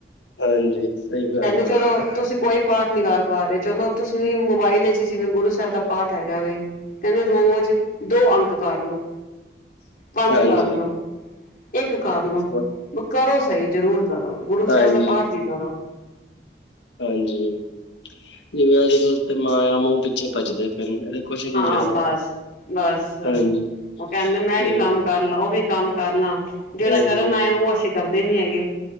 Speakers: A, on the left (about 85°); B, on the left (about 50°).
A: ਹਾਂਜੀ, ਸਹੀ ਗੱਲ
B: ਕਹਿੰਦੇ ਚਲੋ
A: ਐ।
B: ਤੁਸੀਂ ਕੋਈ ਪਾਠ ਨੀ ਕਰ ਪਾ ਰਹੇ, ਚਲੋ ਤੁਸੀਂ ਮੋਬਾਇਲ ਜਿਵੇਂ ਗੁਰੂ ਸਾਹਿਬ ਦਾ ਪਾਠ ਹੈਗਾ ਵੇ। ਕਹਿੰਦੇ ਰੋਜ਼ ਦੋ ਅੰਕ ਕਰ ਲੋ। ਪੰਜ
A: ਹਾਂਜੀ
B: ਕਰਲੋ, ਇੱਕ ਕਰ ਲੋ
A: ਵ-
B: ਕਰੋ ਸਹੀ ਜ਼ਰੂਰ। ਕਰੋ ਗੁਰੂ
A: ਹਾਂਜੀ
B: ਸਾਹਿਬ ਦਾ ਪਾਠ ਵੀ ਕਰੋ।
A: ਹਾਂਜੀ ਜਿਵੇਂ ਅੱਜ ਕੱਲ ਤੇ ਮਾਇਆ ਮੂੰਹ ਪਿੱਛੇ ਭਜਦੇ ਪਏ ਨੇ, ਇਹਦੇ ਕੁਛ ਨਹੀਂ
B: ਹਾਂ,
A: ਜਾਣਾ
B: ਬਸ ਬਸ
A: ਹਾਂਜੀ
B: ਉਹ ਕਹਿੰਦੇ
A: ਤੇ
B: ਮੈਂ ਵੀ ਕੰਮ ਕਰ ਕਰ ਲਾ ਉਹ ਵੀ ਕੰਮ ਕਰ ਲਾ ਜਿਹੜਾ
A: ਹਾਂਜੀ-ਹਾਂਜੀ,
B: ਕਰਨ ਆਏ ਆਂ ਉਹ ਅਸੀਂ ਕਰਦੇ ਨੀ ਹੈਗੇ।